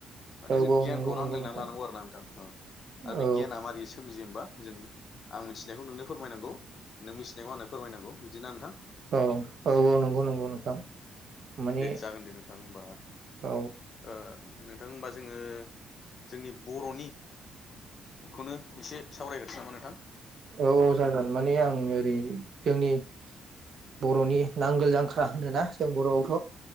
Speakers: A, on the left; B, on the right.
A: माने
B: औ
A: जों
B: औ
A: गियानखौ
B: नंगौ नंगौ
A: रानलायनानै
B: नोंथां
A: लानांगौ आरो ना नोंथां औ आरो बे
B: औ
A: गियाना मारै सोमजियो होमबा जों आं मिथिनायखौ नुनो फोरमायनांगौ नों मिथिनायाव आंनो फोरमायनांगौ बिदिना नोंथां?
B: औ औ औ नोंगौ नोंगौ नोंथां माने
A: दे जागोन दे नोंथां होमबा
B: औ
A: ओ नोंथां होनबा जोङो जोंनि बरनि खनो एसे सावरायग्रोसै नामा नोंथां?
B: औ औ जागोन माने आं ओरै जोंनि बरनि नांगोल जांख्रा होनोना जों बरआवथ